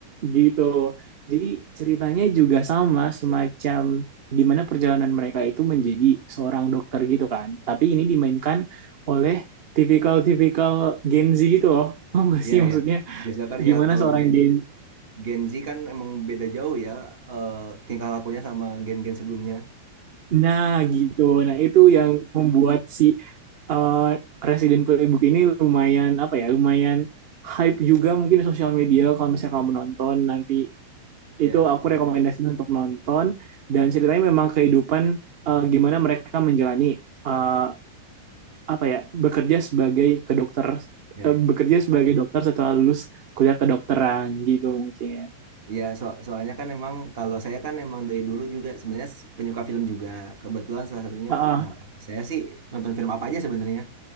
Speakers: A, on the right; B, on the right.
A: gitu. Jadi ceritanya juga sama semacam gimana perjalanan mereka itu menjadi seorang dokter gitu kan. Tapi ini dimainkan oleh tipikal-tipikal Gen Z gitu loh. <laughs> Paham gak
B: Iya,
A: sih
B: iya.
A: maksudnya
B: Biasanya kan
A: gimana
B: ya kalau
A: seorang
B: Gen
A: Gen
B: Gen Z kan emang beda jauh ya eh, tingkah lakunya sama gen-gen sebelumnya.
A: Nah gitu. Nah itu yang membuat si eh, Resident Playbook ini lumayan apa ya lumayan hype juga mungkin di sosial media kalau misalnya kamu nonton nanti
B: Iya,
A: itu aku rekomendasiin untuk nonton dan ceritanya memang kehidupan eh, gimana mereka menjalani eh, apa ya bekerja sebagai kedokter
B: iya,
A: eh,
B: iya.
A: bekerja sebagai dokter setelah lulus kuliah kedokteran gitu mungkin.
B: Iya, so soalnya kan emang kalau saya kan emang dari dulu juga sebenarnya s- penyuka film juga. Kebetulan salah satunya
A: Ah,
B: ah,
A: ah,
B: kalau saya sih nonton film apa aja sebenarnya,